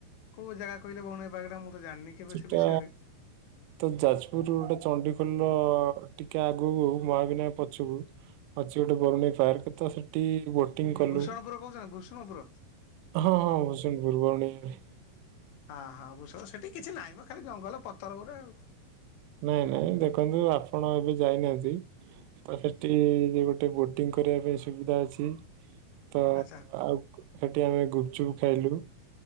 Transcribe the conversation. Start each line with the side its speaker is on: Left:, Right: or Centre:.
Left: କୋଉ ଜାଗା କହିଲେ ବରୁଣେଇ ପାର୍କଟା ମୁଁ ତ ଜାଣିନି। କେବେ
Right: ସେଇଟା
Left: ସେ ବିଷୟରେ।
Right: ତ ଯାଜପୁରରୁ ଗୋଟେ ଚଣ୍ଡିଖୋଲର ଟିକେ ଆଗକୁ ମହାବିନାୟକ ପଛକୁ ଅଛି ଗୋଟେ ବରୁଣେଇ ପାର୍କ ତ ସେଠି ବୋଟିଙ୍ଗ କଲୁ।
Left: ଭୂଷଣପୁର କହୁଛନ୍ତି ଭୂଷଣପୁର
Right: ହଁ ହଁ ସେଇ ବରୁଣେଇ ରେ।
Left: ଅ ହ ଭୂଷଳ ସେଠି କିଛି ନାହିଁ ମ ଖାଲି ଜଙ୍ଗଲ ପଥର ଗୁରା ଆଉ।
Right: ନାଇଁ ନାଇଁ ଦେଖନ୍ତୁ ଆପଣ ଏବେ ଯାଇନାଆନ୍ତି ତ ସେଠି ଗୋଟେ ବୋଟିଂ କରିବା ପାଇଁ ସୁବିଧା ଅଛି। ତ
Left: ଆଚ୍ଛା
Right: ଆଉ ସେଠି ଆମେ ଗୁପଚୁପ ଖାଇଲୁ